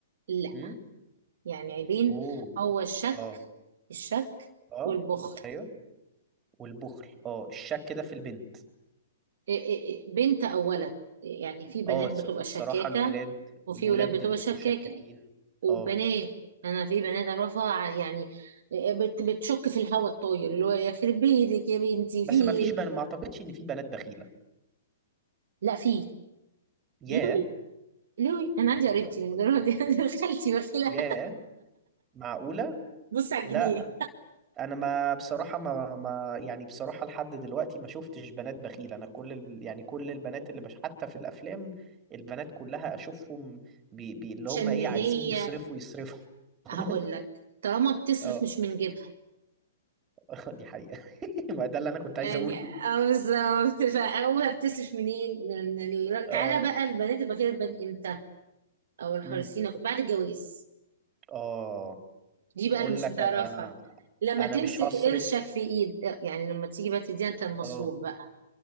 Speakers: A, on the right (about 65°); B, on the right (about 20°).
A: لا
B: امم
A: يعني عيبين
B: اوه
A: هو الشك
B: اه
A: الشك
B: اه
A: والبخل
B: ايوه والبخل اه الشك ده في البنت
A: إيه إيه إيه، بنت او ولد يعني في بنات
B: اه الص-
A: بتبقى
B: الصراحة
A: شكاكة
B: الولاد
A: وفي
B: الولاد
A: ولاد بتبقى
B: بيبقوا
A: شكاكة
B: شكاكين
A: وبنات
B: اه
A: انا في بنات اعرفها ع- يعني إيه، بت- بتشك في الهوا الطاير اللي هو يخرب بيتك يا بنتي
B: بس
A: في ايه
B: ما فيش بنات ما اعتقدش ان في بنات بخيلة
A: لا في
B: ياه
A: لوي لوي انا عندي قريبتي من غير ما ت- <laughs> خالتي بخيلة
B: ياه معقولة؟
A: بص على الجنيه
B: لا أنا ما بصراحة ما, ما يعني بصراحة لحد دلوقتي ما شفتش بنات بخيلة أنا كل ال- يعني كل البنات اللي بش حتى في الأفلام البنات كلها أشوفهم بي بي اللي
A: عشان
B: هم إيه
A: هي
B: عايزين يصرفوا يصرفوا <laughs>
A: هقول لك طالما بتصرف
B: اه
A: مش من جيبها
B: <laughs> دي حقيقة <laughs> ما ده اللي أنا كنت
A: يعني
B: عايز أقوله
A: اه
B: <laughs>
A: بالظبط فهو بتصرف منين من ال-
B: اه
A: تعالى بقى البنات البخيلة بتبان امتى او الحريصين
B: امم
A: بعد الجواز
B: اه
A: دي
B: تقول
A: بقى اللي مش
B: لك
A: بتعرفها
B: أنا
A: لما
B: أنا
A: تمسك
B: مش هصرف
A: قرشك في ايد يعني لما تيجي بقى تديها انت المصروف
B: اه
A: بقى